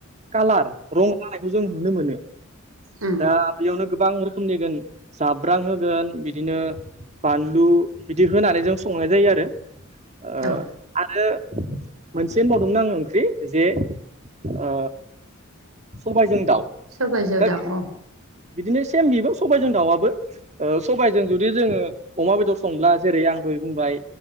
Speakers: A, on the right (about 35°); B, on the right (about 75°).
A: कालार रं जानायखौ जों नुनो मोनो।
B: उम
A: दा बेयावनो गोबां रोखोमनिगोन जाब्रां होगोन बिदिनो बानलु बिदि होनानै जों संनाय जायो आरो। ओ
B: औ।
A: आरो मोनसे होनबावदोंमोन आं ओंख्रि जे ओ सबायजों दाउ
B: सबायजों
A: दा
B: दाउ अ।
A: बिदिनो सेम बिबो सबायजों दाउआबो। ओ सबायजों जुदि जोङो अमा बेदर संब्ला जेरै आं दै बुंबाय